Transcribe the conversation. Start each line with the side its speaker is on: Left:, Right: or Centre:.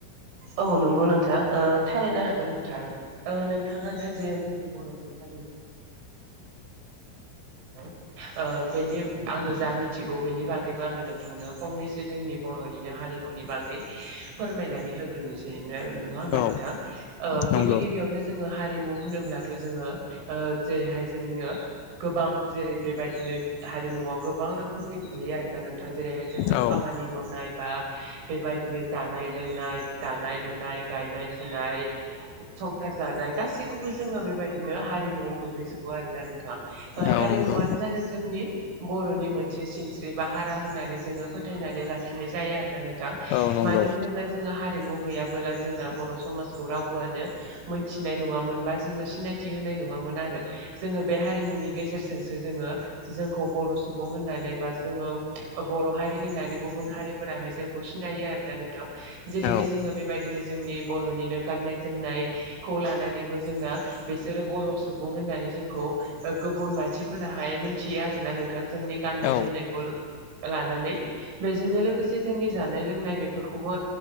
Right: औ नंगौ नोंथाङां ओ थारायनो हागोन ओ। नोंथां ओ नोंथाङानो जे जोंनि बर'नि हारिमु <inaudible> ओ बेनि आङो जा मिथिगौ बेनि बागैबो आङो नोंथांनो फंनैसो जोंनि बर' निनो हारिमुनि बागै फोरमायनानै हो ग्रोनोसै नो नङा होमबा
Left: औ
Right: नोंथां ओ
Left: नंगौ
Right: गिबि गिबियावनो जोङो हारिमु होनोब्लाथ जोङो ओ जेरैहाय जोंनो गोबां जेरै बेबायदिनो हारिमुआव गोबां रोखोमनि गोग्लैयो आरोना नोंथां जेरैहाय जोङो खामा
Left: औ
Right: खामानि मावनाय बा बेबायदिनो जानाय लोंनाय दानाय लुनाय गायनाय फुनाय संसार जानाय गाखौबो जोङो बेबायदि नो हारिमुआव गोग्लैजोबो आरो ना नोंथां ओ
Left: औ
Right: हारिमुवानो
Left: नंगौ
Right: जादों जोंनि बर'नि मोनसे सिन जेनेबा हारा होननानै जोङो फोथायनानै लाखिनाय जायो आरोना नोंथां
Left: औ नंगौ
Right: मानो होनोब्ला जों हारा न गैयाबोला जोंना बर' समाजखौ रावबोआनो मोनथिनाय नङामोन बा जोङो सिनायथि होनाय नङामोन आरो जोङो बे हारिमुनि गेजेरजोंसो जोङो जोंखौ बर' सुबुं होननानै बा जोङो बर' हारि होननानै गुबुन हारिफोराहाय जोंखौ सिनायो आरोना नोंथां जेरैहाय
Left: औ
Right: जोङो बेबायदिनो जोंनि बरनिनो गाननाय जोमनायखौ लानानैबो जोंना बिसोरो बर' सुबुं सुबुं होननानै जोंखौ ओ गुबुन मानसिफोराहाय मोनथियो आरोना नोंथां जोंनि गाननाय
Left: औ
Right: जोमनायखौ ला लानानै बेजोंनो लोगोसे जोंनि जानाय लोंनाय बेफोरखौबो